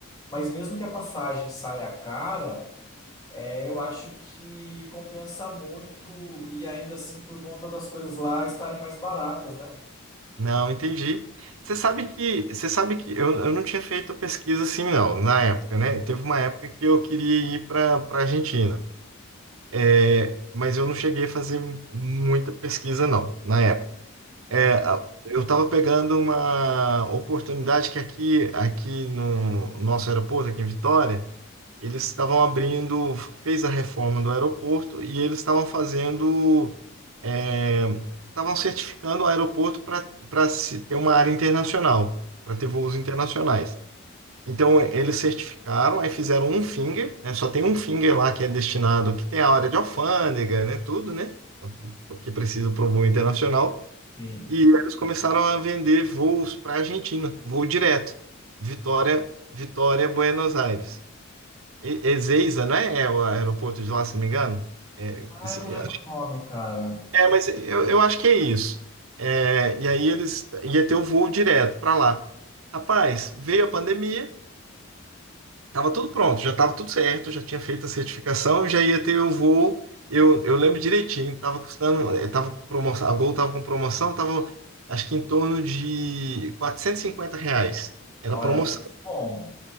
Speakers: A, on the left; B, on the right.
A: mas mesmo que a passagem saia cara, é, eu acho que compensa muito e ainda assim por conta das coisas lá estarem mais baratas, né?
B: Não, entendi. Você sabe que, você sabe que eu, eu não tinha feito pesquisa assim, não, na época, né? Teve uma época que eu queria ir para para Argentina, é, mas eu não cheguei a fazer muita pesquisa, não, na época. É,
A: Aham.
B: a- eu estava pegando uma oportunidade que aqui, aqui no nosso aeroporto, aqui em Vitória, Eles estavam abrindo, fez a reforma do aeroporto e eles estavam fazendo, é, estavam certificando o aeroporto para para ter uma área internacional, para ter voos internacionais. Então eles certificaram, aí fizeram um finger, né? Só tem um finger lá que é destinado, que tem a área de alfândega, né? Tudo, né? O que precisa para o voo internacional.
A: Sim.
B: E eles começaram a vender voos para a Argentina, voo direto, Vitória, Vitória, Buenos Aires. E- Ezeiza, né? É É o aeroporto de lá, se não me engano. É,
A: Ah,
B: isso-
A: eu não
B: eu
A: lembro
B: acho-
A: o nome, cara.
B: é, mas eu, eu acho que é isso. É, e aí eles ia ter o voo direto para lá. Rapaz, veio a pandemia, tava tudo pronto, já tava tudo certo, já tinha feito a certificação, já ia ter o voo. Eu, eu lembro direitinho, tava custando, eh, tava com promoção, a Gol tava com promoção, tava acho que em torno de 450 reais. Era
A: Olha,
B: promoção.
A: bom.